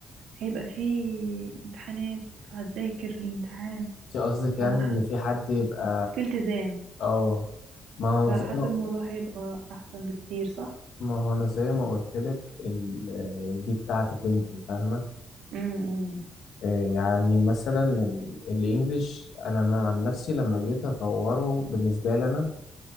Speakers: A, on the right (about 85°); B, on the left (about 70°).
A: هيبقى فيه امتحانات فهتذاكر الامتحان
B: انت قصدك يعني
A: فحاسه
B: ان في حد يبقى
A: في التزام
B: اه ما هو
A: فحاسة
B: زي ما
A: الموضوع هيبقى أحسن بكتير صح؟
B: ما هو انا زي ما قلت لك ال... دي بتاعتك انت فاهمة
A: امم
B: آه، يعني مثلا ال- الانجليش انا ما- عن نفسي لما جيت اطوره بالنسبة لي انا